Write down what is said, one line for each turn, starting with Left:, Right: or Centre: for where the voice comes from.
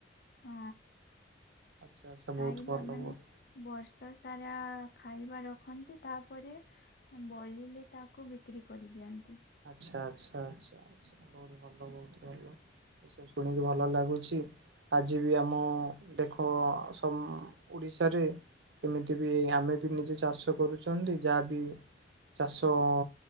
Left: ହଁ।
Right: ଆଚ୍ଛା ଆଚ୍ଛା
Left: ଖାଇବା
Right: ବହୁତ ଭଲ
Left: ମାନେ
Right: ବହୁତ
Left: ବର୍ଷ ସାରା ନାଁ ଖାଇବା ରଖନ୍ତି ତାପରେ ବଳିଲେ ତାକୁ ବିକ୍ରି କରିଦିଅନ୍ତି।
Right: ଆଛା ଆଚ୍ଛା ଆଛା ଆଛା ବହୁତ ଭଲ ବହୁତ ଭଲ। ଏସବୁ ଶୁଣିକି ଭଲ ଲାଗୁଛି ଆଜି ବି ଆମ ଦେଖ ସମ ଉଡ଼ି ବିଷୟରେ ଏମିତି ବି ଆମେ ବି ନିଜେ ଚାଷ କରୁଛନ୍ତି ଯାହାବି ଚାଷ ଅ